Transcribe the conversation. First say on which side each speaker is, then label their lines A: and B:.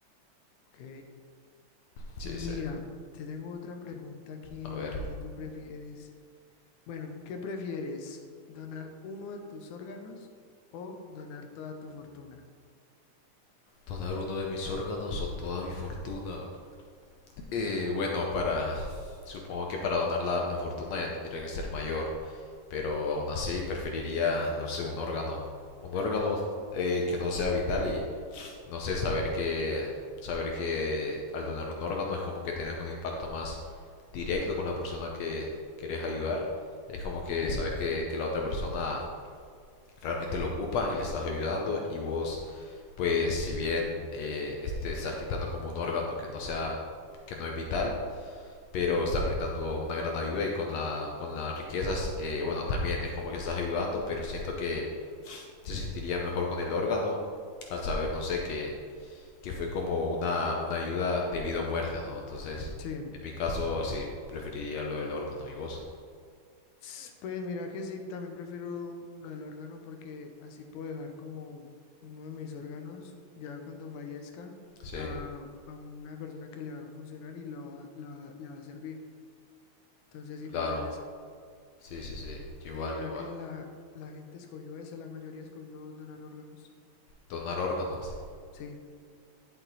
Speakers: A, on the left; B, on the left.
A: Ok.
B: Sí,
A: Mira,
B: sí.
A: te tengo otra pregunta aquí
B: A
A: en
B: ver.
A: el que tú prefieres. Bueno, ¿qué prefieres? ¿Donar uno de tus órganos o donar toda tu fortuna?
B: Donar uno de mis órganos o toda mi fortuna. Eh, bueno, para... Supongo que para donar la, la fortuna ya tendría que ser mayor. Pero aún así preferiría, no sé, un órgano. Un órgano eh, que no sea vital y no sé, saber que, saber que al donar un órgano es como que tienes un impacto más directo con la persona que quieres ayudar. Es como que
A: Sí,
B: sabes que, que la otra persona realmente lo ocupa y le estás ayudando y vos, pues si bien eh, este, estás quitando como un órgano que no sea, que no es vital, pero está brindando una gran ayuda y con la con las riquezas eh, bueno también es como que estás ayudando pero siento que se sentiría mejor con el órgano al saber no sé que que fue como una, una ayuda de vida o muerte, ¿no? Entonces,
A: sí.
B: en mi caso, sí, preferiría lo del órgano. ¿Y vos?
A: S- Pues mira que sí, también prefiero lo del órgano porque así puedo dejar como uno de mis órganos ya cuando fallezca
B: Sí,
A: a, a una persona que le va a funcionar y lo va- lo va- le va a servir. Entonces sí,
B: claro.
A: prefiero esa.
B: Sí, sí, sí. Yo
A: Y
B: igual,
A: mira
B: yo igual.
A: que la, la gente escogió esa, la mayoría escogió donar órganos.
B: Donar órganos.
A: Sí,